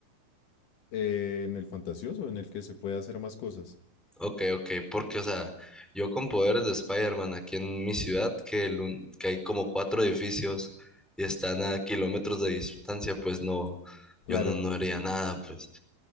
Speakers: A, on the left; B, in the centre.
A: eh, en el fantasioso, en el que se puede hacer más cosas.
B: Ok, ok, porque, o sea, yo con poderes de Spider-Man aquí en mi ciudad, que, el un- que hay como cuatro edificios y están a kilómetros de distancia, pues no,
A: Claro.
B: yo no, no haría nada, pues.